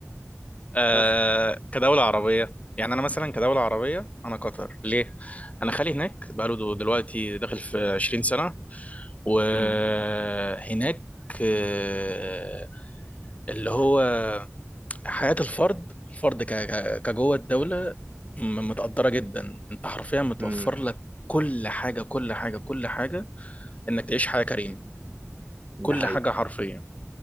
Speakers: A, on the left; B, on the right.
A: آه
B: بس
A: كدولة عربية يعني أنا مثلا كدولة عربية أنا قطر ليه؟ أنا خالي هناك بقاله دو- دلوقتي داخل في 20 سنة وهناك
B: امم
A: آه، اللي هو حياة الفرد الفرد ك- ك- كجوه الدولة م- متقدرة جدا أنت حرفيا متوفر
B: امم
A: لك كل حاجة كل حاجة كل حاجة إنك تعيش حياة كريمة
B: ده
A: كل
B: حقيقي
A: حاجة حرفيا